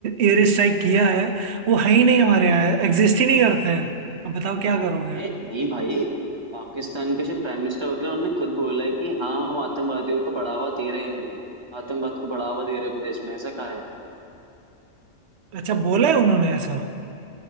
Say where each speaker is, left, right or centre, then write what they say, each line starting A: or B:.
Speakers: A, on the right; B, on the right.
A: एयर स्ट्राइक किया है वो है ही नहीं हमारे यहाँ एग्जिस्ट ही नहीं करते हैं अब बताओ क्या
B: ना
A: करोगे
B: अरे नहीं भाई पाकिस्तान के प्राइम मिनिस्टर वगैरह उन्होंने खुद बोला है कि हाँ हम आतंकवादियों को बढ़ावा दे रहे हैं आतंकवाद को बढ़ावा दे रहे हैं अपने देश में ऐसा कहा है
A: अच्छा बोला है उन्होंने ऐसा